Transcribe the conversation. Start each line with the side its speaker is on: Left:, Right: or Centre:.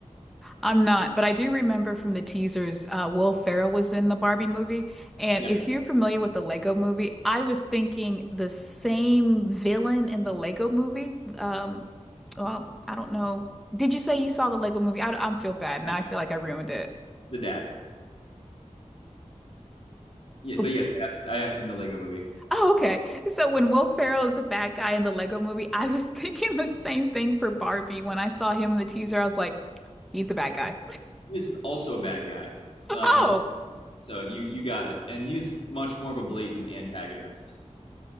Centre: I'm not, but I do remember from the teasers, uh, Will Ferrell was in the Barbie movie. And
Left: yeah,
Centre: if you're familiar with the Lego movie, I was thinking the same villain in the Lego movie. Um, well, I don't know. Did you say you saw the Lego movie? I, I feel bad now.
Left: yeah,
Centre: I feel like I ruined it.
Left: he's the dad. Yeah, but
Centre: Oh,
Left: yes, I have, I have seen the Lego Movie.
Centre: Oh, okay. So when Will Ferrell is the bad guy in the Lego movie, I was <laughs> thinking the same thing for Barbie. When I saw him in the teaser, I was like, he's the bad guy. <laughs>
Left: He is also a bad guy uh,
Centre: Oh,
Left: in the book, so you you got it. And he's much more of a blatant antagonist.